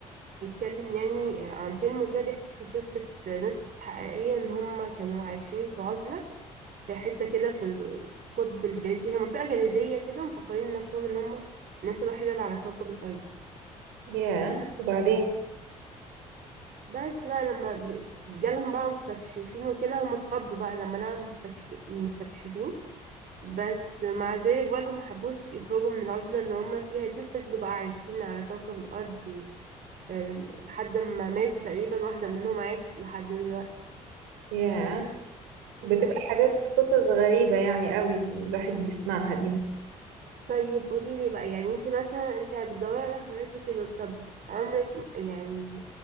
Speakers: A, on the right; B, on the right.
A: بيتكلم يعني عن فيلم وكده بيحكي قصة ناس حقيقية إن هم كانوا عايشين في عزلة في حتة كده في القطب الجليدي هي منطقة جليدية كده ومفكرين نفسهم إن هم الناس الوحيدة اللي على كوكب الأرض
B: ياه وبعدين
A: بس بقى لما ب- جالهم بقى مستكشفين وكده هم اتخضوا بقى لما لقوا المستكشف- المستكشفين بس مع ذلك برضو محبوش يخرجوا من العزلة اللي هم فيها دي وفضلوا بقى عايشين على كوكب الأرض آه، لحد ما ماتوا تقريبا واحدة منهم عايشت لحد دلوقتي
B: ياه
A: بس
B: بتبقى حاجات قصص غريبة يعني قوي الواحد بيسمعها دي
A: طيب قولي لي بقى يعني انت مثلا انت بتدوري على هوايات وكده طب عمرك ما- يعني